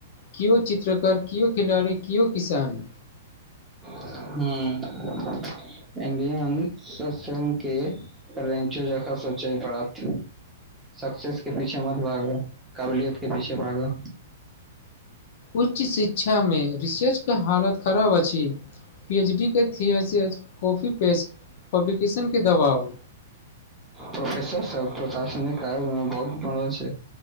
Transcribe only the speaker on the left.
किओ चित्रकार कियओ खिलाड़ी किओ किसान
उच्च शिक्षामे रिसर्चके हालत खराब अछि पी एच डी के थथियसच कॉफी पेस्ट पब्लिकेशन के दबाव